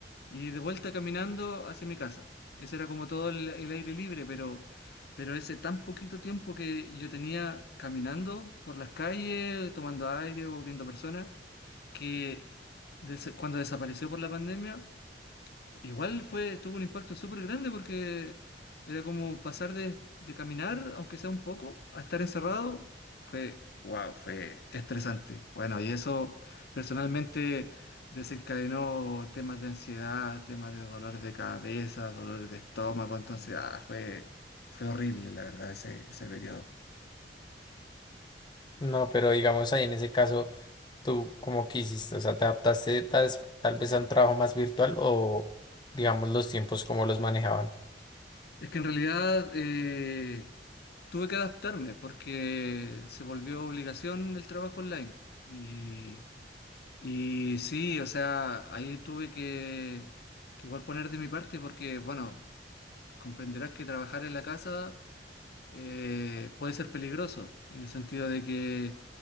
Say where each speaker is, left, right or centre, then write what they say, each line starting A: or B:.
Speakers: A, on the left (about 60°); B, on the left (about 25°).
A: Y de vuelta caminando hacia mi casa. Ese era como todo el el aire libre, pero... Pero ese tan poquito tiempo que yo tenía caminando por las calles, tomando aire o viendo personas, que des- cuando desapareció por la pandemia, Igual fue, tuvo un impacto súper grande porque era como pasar de, de caminar, aunque sea un poco, a estar encerrado, fue, wow, fue estresante. Bueno, y eso personalmente desencadenó temas de ansiedad, temas de dolores de cabeza, dolores de estómago, entonces, ah, fue, fue horrible, la verdad, ese, ese periodo.
B: No, pero digamos ahí en ese caso, ¿tú cómo que hiciste? O sea, ¿te adaptaste tal, tal vez a un trabajo más virtual o digamos los tiempos cómo los manejaban?
A: Es que en realidad eh, tuve que adaptarme porque se volvió obligación el trabajo online. Y Y sí, o sea, ahí tuve que, que igual poner de mi parte porque, bueno, comprenderás que trabajar en la casa eh, puede ser peligroso, en el sentido de que,